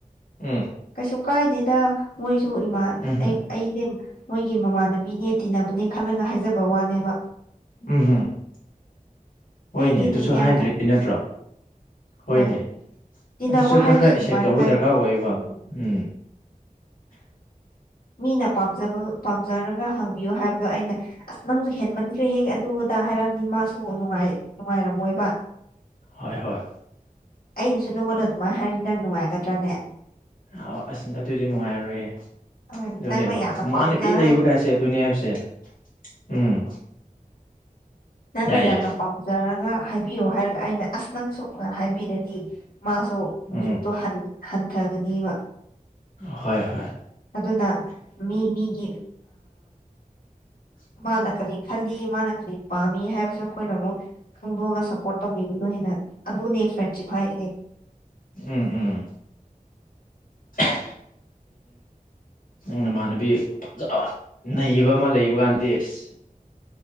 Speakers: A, on the left (about 70°); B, on the left (about 80°).
A: ꯎꯝ
B: ꯀꯩꯁꯨ ꯀꯥꯏꯗꯦꯗ ꯃꯣꯏꯁꯨ ꯏꯃꯥ <unintelligible>
A: ꯎꯝꯍꯨꯝ
B: ꯃꯣꯏꯒꯤ ꯃꯃꯥꯟꯅꯕꯤꯅꯦ ꯇꯤꯟꯅꯕꯅꯦ ꯈꯜꯂꯒ ꯍꯥꯏꯖꯕ ꯋꯥꯅꯦꯕ
A: ꯎꯝ ꯍꯝ ꯍꯣꯏꯅꯦ
B: ꯑꯩꯗꯤ
A: ꯑꯗꯨꯁꯨ
B: ꯑꯗꯨꯝ ꯌꯥꯏꯗ
A: ꯍꯥꯏꯗ꯭ꯔꯤ ꯅꯠꯇ꯭ꯔꯣ ꯍꯣꯏꯅꯦ
B: ꯍꯣꯏ ꯇꯤꯟꯅꯕ
A: ꯑꯗꯨꯁꯨ ꯈꯔ
B: ꯍꯥꯏꯕꯁꯤ
A: ꯈꯔ ꯑꯦꯛꯁꯦꯞ
B: ꯑꯗꯨꯃꯥꯏꯅ
A: ꯇꯧꯕ
B: ꯍꯥꯏꯒ
A: ꯗꫪꯀꯥꫪ ꯑꯣꯏꯌꯦꯕ
B: ꯎꯝ
A: ꯎꯝ
B: ꯃꯤꯅ ꯄꯥꯝꯖꯕ ꯄꯥꯝꯖꯔꯒ ꯍꯪꯕꯤꯌꯨ ꯍꯥꯏꯕꯗꯣ ꯑꯩꯅ ꯑꯁ ꯅꯪꯁꯨ ꯍꯦꯟꯃꯟꯈ꯭ꯔꯦ ꯍꯦ ꯑꯗꯨ ꯑꯗ ꯍꯥꯏꯔꯝꯗꯤ ꯃꯥꯁꯨꯅꯨꯡꯉꯥꯏ ꯅꯨꯡꯉꯥꯏꯔ ꯃꯣꯏꯕ
A: ꯍꯣꯏ ꯍꯣꯏ
B: ꯑꯩꯅꯁꯨ ꯅꯉꯣꯟ ꯑꯗꯨꯃꯥꯎ ꯍꯥꯏꯔꯗꯤ ꯅꯪ ꯅꯨꯡꯉꯥꯏꯒꯗ꯭ꯔꯥꯅꯦ
A: ꯑ ꯑꯁ ꯑꯗꯨꯗꯤ ꯅꯨꯡꯉꯥꯏꯔꯣꯏꯍꯦ
B: ꯍꯣꯏ
A: ꯑꯗꯨꯅꯦꯕ
B: ꯅꯪꯅ ꯌꯥꯝꯅ
A: ꯃꯃꯅꯕꯤ
B: ꯄꯥꯝꯖꯅ
A: ꯂꯩꯕ ꯀꯥꯏꯁꯦ ꯑꯗꯨꯅꯦ ꯍꯥꯏꯕꯁꯦ ꯎꯝ
B: ꯅꯪꯅ
A: ꯌꯥꯏ
B: ꯌꯥꯝꯅ
A: ꯌꯥꯏ
B: ꯄꯥꯝꯖꯔꯒ ꯍꯥꯏꯕꯤꯌꯨ ꯍꯥꯏꯔꯒ ꯑꯩꯅ ꯑꯁ ꯅꯪꯁꯨ ꯍꯥꯏꯕꯤꯔꯗꯤ ꯃꯥꯁꯨ
A: ꯎꯝ
B: ꯕꯤꯠꯇꯣ ꯍꯟ ꯍꯟꯊꯒꯅꯦꯕ
A: ꯍꯣꯏ ꯍꯣꯏ
B: ꯑꯗꯨꯅ ꯃꯤ ꯃꯤꯒꯤ
A: <inaudible>
B: ꯃꯥꯅ ꯀꯔꯤ ꯈꯜꯂꯤ ꯃꯥꯅ ꯀꯔꯤ ꯄꯥꯝꯃꯤ ꯍꯥꯏꯕꯁꯨ ꯑꯩꯈꯣꯏꯅ ꯑꯃꯨꯛ ꯈꯪꯗꯣꯛꯑꯒ ꯁꯞꯄꯣꯔꯠ ꯇꯧꯕꯤꯕꯗꯨꯅ ꯍꯦꯟꯅ ꯑꯗꯨꯅꯦ ꯐ꯭ꯔꯦꯟꯁꯤꯞ ꯍꯥꯏꯁꯦ
A: ꯎꯝ ꯎꯝ <unintelligible> ꯅꯪ ꯅꯃꯥꯟꯅꯕꯤ ꯐꯖꯕ ꯅꯩꯕ ꯑꯃ ꯂꯩꯕ ꯀꯥꯟꯗꯗꯤ ꯑꯁ